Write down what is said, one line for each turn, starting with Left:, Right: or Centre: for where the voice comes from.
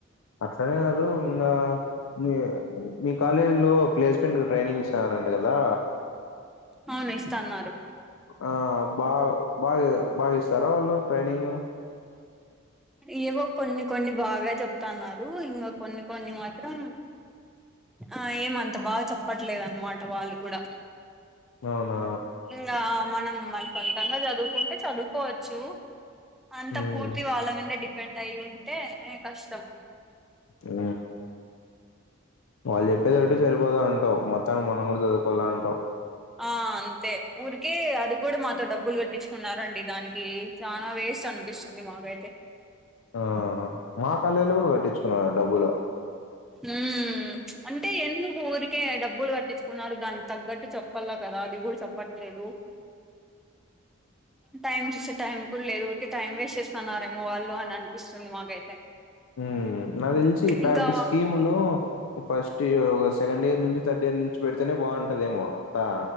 Left: అట్లనే కాదు ఇంగ మీ మీ కాలేజీ లో ప్లేస్మెంట్కి ట్రైనింగ్ ఇస్ నారంట కదా
Centre: అవును ఇస్త అన్నారు
Left: ఆ బా బాగా బాగా ఇస్తారా వాళ్ళు ట్రైనింగ్
Centre: ఏవో కొన్ని కొన్ని బాగా చెప్తన్నారు ఇంక కొన్ని కొన్ని మాత్రం ఆ ఏమంత బాగా చెప్పట్లేదు అన్నమాట వాళ్ళు కూడా.
Left: అవునా.
Centre: ఇంగ మనం మన సొంతంగా చదువుకుంటే చదువుకోవచ్చు. అంత
Left: ఉమ్
Centre: పూర్తి వాళ్ళ మీద డిపెండ్ అయి ఉంటే కష్టం.
Left: ఆ వాళ్ళు చెప్పేది ఒకటే సరిపోదా అంటావ్ మొత్తానికి మనం కూడా చదువుకోవాలా అంటావ్.
Centre: ఆ అంతే ఊరికే అది కూడా మాతో డబ్బులు కట్టించుకున్నారండి దానికి చనా వేస్ట్ అనిపిస్తుంది మాకైతే.
Left: ఆ మా కళేలో కూడా కట్టించుకున్నారు డబ్బులు
Centre: మ్మ్ అంటే ఎందుకు ఊరికే డబ్బులు కట్టించుకున్నారు దానికి తగ్గట్టు చెప్ చెప్పలా కదా అది కూడా చెప్పట్లేదు. టైం చూస్తే టైం కూడా లేదు ఊరికి టైం వేస్ట్ చేస్తున్నారేమో వాళ్ళు అని అనిపిస్తుంది మాకైతే.
Left: ఉ నాకు తెలిసి ఇట్లాంటి
Centre: ఇంకా
Left: స్కీములు ఫస్ట్ ఇ సెకండ్ ఇయర్ నుంచి థర్డ్ ఇయర్ నుంచి పెడితేనే బాగుంటదేమో దా